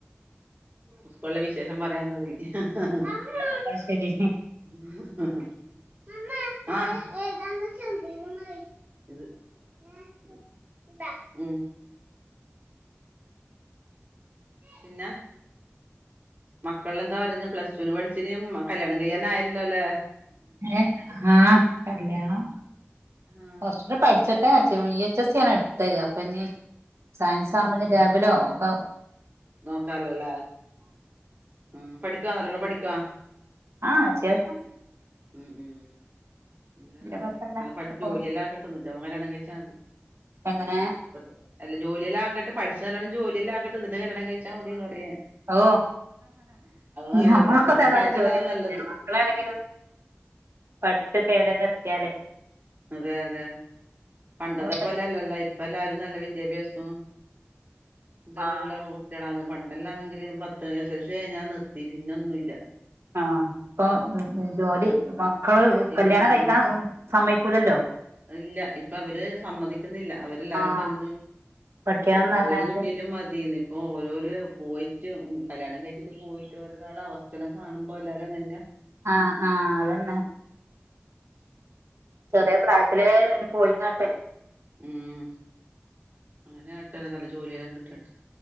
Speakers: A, on the right; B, on the right.
A: ഉസ്ക്കൂള്ളെ വിശേഷം പറയാന്നതേയ് <inaudible> <unintelligible> <unintelligible>
B: അത് ശരി
A: ഉം. പിന്നെ മക്കളെന്താ പറയുന്ന പ്ലസ്ടൂന് പഠിച്ച്ന് കല്യാണം കയ്യാനായല്ലോല്ലെ
B: ഏ ആ കല്യാണം,
A: ആഹ്
B: കൊറ്ച്ചിടെ പഠിച്ച വി എച്ച് എസ് സി ആണ് എട്ത്തേ അപ്പൊഞ്ഞി സയൻസാവുമ്പഞ്ഞി ലാബിലോ ഒക്ക
A: നോക്കാലോല്ലേ ഉം പഠിക്കാ, നല്ലല്ലോ പഠിക്കാ?
B: ആ അത്യാവ്ശ്യോ
A: ഉം ഉം <unintelligible>
B: കൊഴപ്പല്ല അങ്ങനെ
A: ജോലിയെല്ലാക്കട്ടെന്നട്ട്
B: പോണ്ട്
A: അവ കല്യാണം കഴ്ച്ചാ മതി
B: എങ്ങനെ
A: ഇപ്പ അല്ല ജോലിയെല്ലാക്കട്ട് പഠിച്ച് നല്ലണം ജോലിയെല്ലാക്കട്ട് ന്നട്ട് കല്ലണം കഴിച്ചാ മതിന്നറയ ഞ
B: ഓ
A: നല്ലത്
B: ഞമ്മൾക്കൊന്നേതായ്ലും
A: ഇപ്പഴത്തെ കാലത്തല്ലേ
B: ജോലിയൊന്നുല്ല
A: അതാ നല്ലത്
B: മക്കളല്ലെങ്കിലും പഠിച്ചൊക്കെ ഏടേലെത്തിയാലേ-
A: അതെ അതെ പണ്ടത്തെ
B: നമ്മളൊക്കെ
A: പോലല്ലല്ലോ ഇപ്പല്ലാരും നല്ല വി ദ്യാഭ്യാസോം തെലുള്ള
B: ആഹ്
A: കുട്ട്യളാണ്. പണ്ടല്ലാന്നെങ്കില് പത്ത് <unintelligible> ഞ്ഞാ നിർത്തി പിന്നൊന്നുല്ല്യ.
B: ആ പ്പൊ ജോലി മക്കള്
A: ഇപ്പൊ
B: കല്യാണം കഴിക്കാൻ
A: ആ
B: സമ്മയ് ക്കുലല്ലോ
A: ഇല്ല ഇപ്പൊ അവര് സമ്മതിക്ക്ന്നില്ല അവരെല്ലാരും
B: ആഹ്
A: പറയുന്ന്
B: പഠിക്കണംന്ന്
A: ജോലി
B: പറഞ്ഞാട്ട്
A: കിട്ടീട്ട് മതീന്ന്, ഇപ്പൊരോരു പോയി <unintelligible> കല്യാണം കഴിച്ചിട്ട് പോയിട്ട് ഓരാെരാളവസ്ഥല്ലം കാണുമ്പല്ലാരും അങ്ങന
B: ആ ആ അതന്നെ. ചെർയ പ്രായത്തിലേങ്ങനെ പോയിങ്ങാട്ടെ
A: ഉം. അങ്ങനെ ആട്ടെ നല്ല ജോലിയെല്ലാം കിട്ടട്ട്